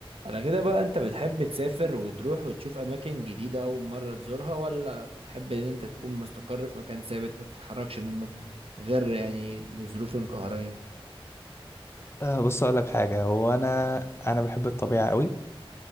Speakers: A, on the right; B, on the left.
A: انا كده بقى انت بتحب تسافر وتروح وتشوف اماكن جديدة اول مرة تزورها ولا بتحب ان انت تكون مستقر في مكان ثابت ما تتحركش منه غير يعني الظروف القهرية
B: آه، بص اقول لك حاجه هو انا انا بحب الطبيعه قوي